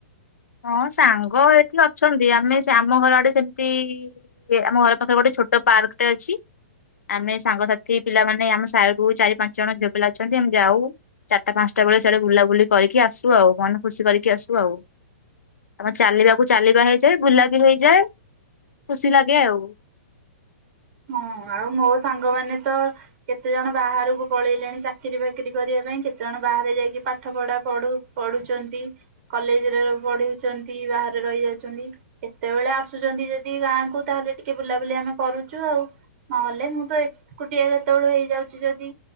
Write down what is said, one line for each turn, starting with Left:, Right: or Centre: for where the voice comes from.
Left: ହଁ ସାଙ୍ଗ ଏଠି ଅଛନ୍ତି। ଆମେ ଆମ ଘର ଆଡେ ସେମିତି ଆମ ଘର ପାଖରେ ଗୋଟେ ଛୋଟ ପାର୍କଟେ ଅଛି। ଆମେ ସାଙ୍ଗସାଥି ପିଲାମାନେ ଆମେ ସାରୁ ଚାରି ପାଞ୍ଚ ଜଣ ଝିଅ ପିଲା ଅଛନ୍ତି। ଆମେ ଯାଉ ଚାରିଟା ପାଞ୍ଚଟା ବେଳେ ସେଆଡେ ବୁଲାବୁଲି କରିକି ଆସୁ ଆଉ। ମନ ଖୁସି କରିକି ଆସୁ ଆଉ। ଆମ ଚାଲିବାକୁ ଚାଲିବା ହେଇଯାଏ ବୁଲା ବିି ହେଇଯାଏ। ଖୁସି ଲାଗେ ଆଉ।
Right: ହଁ ଆଉ ମୋ ସାଙ୍ଗମାନେ ତ କେତେଜଣ ବାହାରକୁ ପଳେଇଲେଣି ଚାକିରି ଫାକିରି କରିବା ପାଇଁ। କେତେଜଣ ବାହାରେ ଯାଇକି ପାଠ ପଢା ପଢ ପଢୁଛନ୍ତି। କଲେଜରେ ପଢୁଛନ୍ତି ବାହାରେ ରହିଯାଉଛନ୍ତି। କେତେବେଳେ ଆସୁଛନ୍ତି ଯଦି ଗାଁକୁ ତାହେଲେ ଟିକେ ବୁଲାବୁଲି ଆମେ କରୁ। ଚୁ ଆଉ ନହେଲେ ମୁଁ ତ ଏକୁଟିଆ କେତେବେଳୁ ହେଇଯାଉଛି ଯଦି